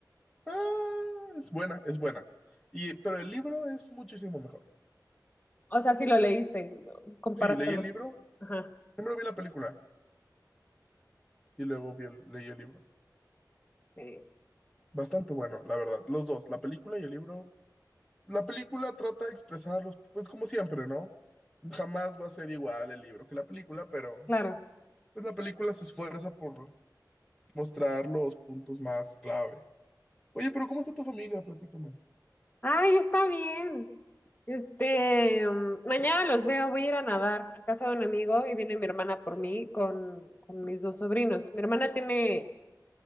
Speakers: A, in the centre; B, on the left.
A: ah, es buena, es buena. Y, pero el libro es muchísimo mejor.
B: O sea, si lo leíste, compáratelos.
A: Sí, leí el libro,
B: Ajá,
A: primero vi la película y luego vi el- leí el libro.
B: sí,
A: Bastante bueno, la verdad. Los dos, la película y el libro. La película trata de expresarlos, pues como siempre, ¿no? Jamás va a ser igual el libro que la película, pero
B: claro.
A: pues la película se esfuerza por mostrar los puntos más clave. Oye, pero ¿cómo está tu familia? Platícame.
B: Ay, está bien. Este, mm, mañana los veo, voy a ir a nadar a casa de un amigo y viene mi hermana por mí con, con mis dos sobrinos. Mi hermana tiene